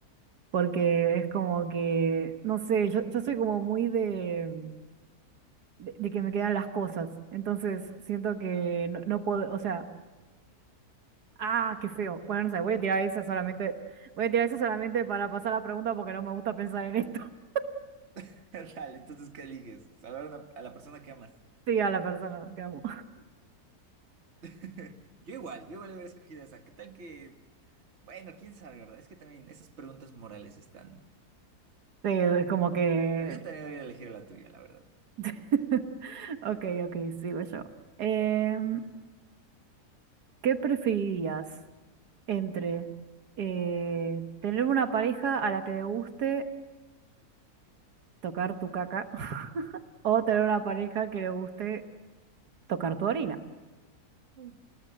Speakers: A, on the right; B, on the right.
A: porque es como que, no sé, yo, yo soy como muy de, de, de que me quedan las cosas, entonces siento que no, no puedo, o sea, ah, qué feo. Bueno, no sé, voy a tirar esa solamente, voy a tirar esa solamente para pasar la pregunta porque no me gusta pensar en esto. <laughs>
B: <laughs> Dale, entonces, ¿qué eliges? ¿Salvar a una- a la persona que amas?
A: Sí, a la persona, que amo.
B: <laughs> Yo igual, yo igual hubiera escogido esa. ¿Qué tal que... Bueno, quién sabe, ¿verdad? Es que también esas preguntas morales están...
A: Sí, como que...
B: La vida también hubiera elegido la tuya, la verdad.
A: <laughs> Ok, ok, sigo yo. Em, ¿qué preferirías entre eh, tener una pareja a la que le guste tocar tu caca <laughs> o tener una pareja que le guste tocar tu orina?
B: Mm.